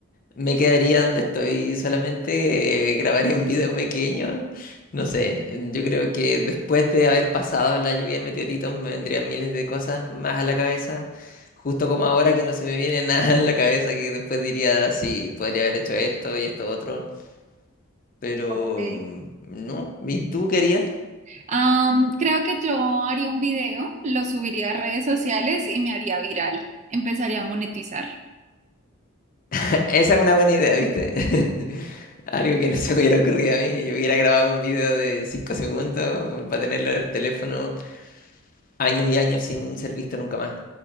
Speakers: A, on the left; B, on the right.
A: Me quedaría donde estoy, solamente eh, grabaría un video pequeño. No sé, mm, yo creo que después de haber pasado la lluvia de meteoritos me vendrían miles de cosas más a la cabeza, justo como ahora que no se me viene <laughs> nada en la cabeza, que después diría, sí, podría haber hecho esto y esto otro, pero
B: Ok.
A: mm, no, ¿y tú querías?
B: Am, creo que yo haría un video, lo subiría a redes sociales y me haría viral. Empezaría a monetizar.
A: <laughs> Esa es una buena idea, ¿viste? <laughs> Algo que no se me hubiera ocurrido a mí, yo hubiera grabado un video de 5 segundos para tenerlo en el teléfono años y años sin ser visto nunca más.